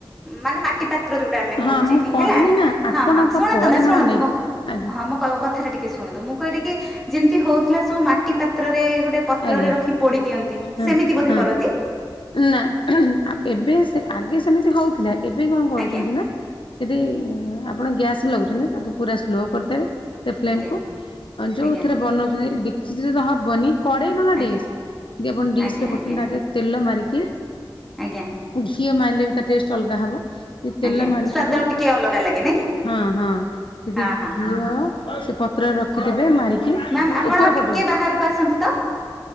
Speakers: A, in the centre; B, on the left (about 70°).
A: ମାନେ ମାଟି ପାତ୍ର ତିରେଯୋଉଟା ଆମେ କହୁଛେ
B: ହଁ ମୁଁ
A: କି
B: କହିଲି
A: ହେଲା
B: ନା ଆପଣଙ୍କ
A: ହଁ ହଁ ଶୁଣନ୍ତୁ
B: ପରିମାଣ
A: ନା ଶୁଣନ୍ତୁଁ
B: ନେଇକି
A: ମୋ
B: ଆଜ୍ଞା
A: କଥା କ କଥା ଟା ଟିକେ ଶୁଣନ୍ତୁ ମୁଁ କହିଲି କି ଯେମିତି ହଉଥିଲା ସବୁ ମାଟି ପାତ୍ରରେ ଗୋଟେ ପତ୍ରରେ
B: ଆଜ୍ଞା
A: ରଖି ପୋଡି ଦିଅନ୍ତି
B: ହଁ
A: ସେମିତି ବୋଧେ
B: ହଁ
A: କରନ୍ତି?
B: ନା, ଏବେ ଆଗେ ସେମିତି ହଉଥିଲା ଏବେ କଣ କରୁଛନ୍ତି
A: ଆଜ୍ଞା
B: ନା? ଯଦି ଆପଣ ଗ୍ୟାସ ଲଗାଉଛନ୍ତି ତାକୁ ପୁରା ସ୍ଲୋ କରିଦେବେ! ସେ ଫ୍ଲେମ
A: ଆଜ୍ଞା
B: କୁ ଆଉ ଯୋଉଥିରେ
A: ଆଜ୍ଞା
B: ବନଉଛନ୍ତି ଡିକ୍ସ ରେ ତ ହବନି! କଡେଇ ନହେଲେ
A: ଆଜ୍ଞା
B: ଡିସ୍ ଜେଉମାନେ ଡିସ୍
A: ଆଜ୍ଞା
B: ରେ କରୁଛନ୍ତି
A: ଆଜ୍ଞା
B: ତା ଦେହରେ ତେଲ ମାରିକି
A: ଆଜ୍ଞା!
B: ଘିଅ ମାରିଲେ ବି ତା ଟେଷ୍ଟ ଅଲଗା ହବ! କି ତେଲ
A: ଆଜ୍ଞା
B: ମାରୁଛନ୍ତି
A: ସ୍ଵାଦ ଟିକେ ଅଲଗା ଲାଗେ ନାଇଁ କି
B: ହଁ ହଁ ଯଦି
A: ହଁ ହଁ
B: ଘିଅ?
A: ହଁ
B: ସେ ପତ୍ରରେ ରଖିଥିବେ ମାରିକି
A: ମ୍ୟାମ୍ ଆପଣ
B: ଉପର
A: ଟିକେ
B: ପଟୁଆ!
A: ବାହାରକୁ ଆସନ୍ତୁ ତ!